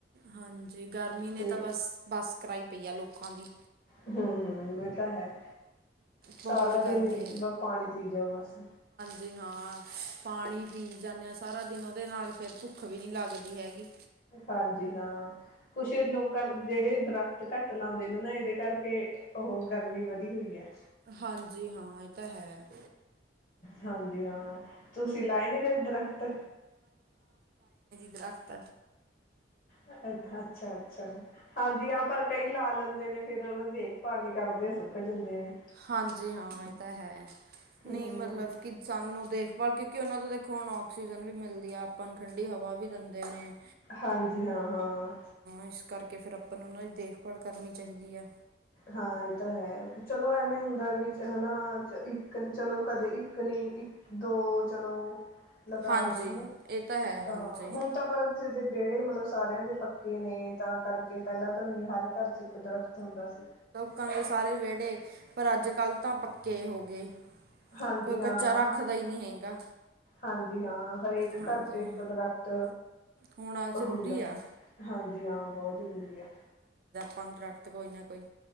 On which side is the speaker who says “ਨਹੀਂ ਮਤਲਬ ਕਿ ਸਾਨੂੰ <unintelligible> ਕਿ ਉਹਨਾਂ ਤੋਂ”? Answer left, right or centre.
Right